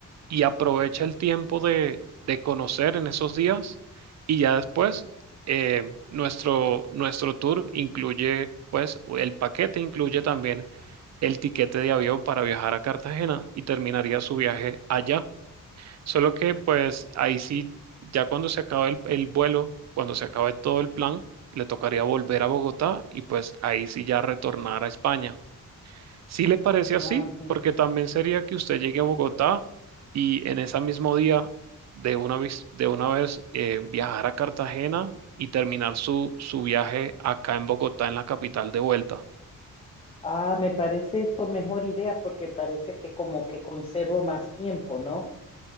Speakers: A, on the right (about 55°); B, on the left (about 20°).
A: y aprovecha el tiempo de, de conocer en esos días y ya después eh, nuestro, nuestro tour incluye, pues el paquete incluye también el tiquete de avión para viajar a Cartagena y terminaría su viaje allá. Solo que pues ahí sí, ya cuando se acabe el, el vuelo, cuando se acabe todo el plan, le tocaría volver a Bogotá y pues ahí sí ya retornar a España. Si le parece
B: Ah,
A: así,
B: ya.
A: porque también sería que usted llegue a Bogotá y en ese mismo día de una vez, de una vez eh, viajar a Cartagena y terminar su, su viaje acá en Bogotá, en la capital de vuelta.
B: Ah, me parece esto mejor idea porque parece que como que conservo más tiempo, ¿no?